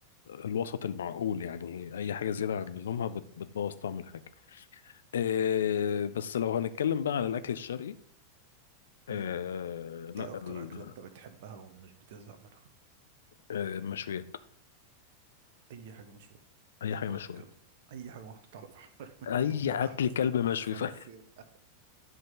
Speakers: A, on the left; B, on the right.
A: الوسط المعقول يعني أي حاجة زيادة
B: امم
A: عن لزومها بت- بتبوظ طعم الحاجة إيه، بس لو هنتكلم بقى على الأكل الشرقي إيه،
B: امم
A: لا
B: ايه اكتر
A: ال-
B: اكله انت بتحبها ومش بتزهق منها
A: إيه، المشويات
B: اي حاجه مشويه
A: أي
B: قلت
A: حاجة مشوية
B: لك اي حاجه محطوطه على فحم <laughs>
A: أي
B: ضفادع
A: أكل كلب مشوي
B: صراصير
A: <laughs>
B: <laughs>